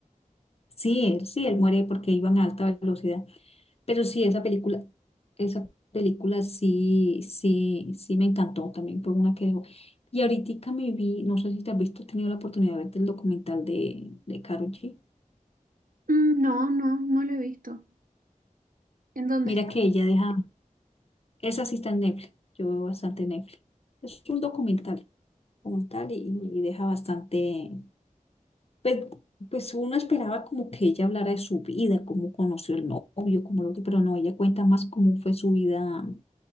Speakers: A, on the left; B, on the right.
A: sí, él, sí, él muere porque iban a alta velocidad. Pero sí, esa película, esa película sí, sí, sí me encantó también, fue una que dejó. Y ahorita me vi, no sé si te has visto, has tenido la oportunidad de verte el documental de, de Karol G.
B: Mm, No, no, no lo he visto. ¿En dónde
A: Mira
B: está?
A: que ella deja, esa sí está en Netflix, yo veo bastante Netflix. Es un documental, como tal y, y deja bastante, pues, pues uno esperaba como que ella hablara de su vida, cómo conoció el novio, cómo lo que, pero no, ella cuenta más cómo fue su vida